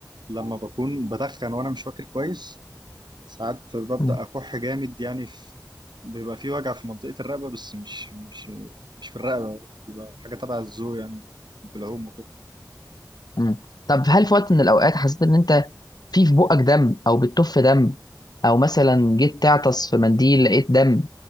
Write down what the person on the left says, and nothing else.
مم.
مم. طب هل في وقت من الاوقات حسيت ان انت في في بقك دم او بتطف دم او مثلا جيت تعطس في منديل لقيت دم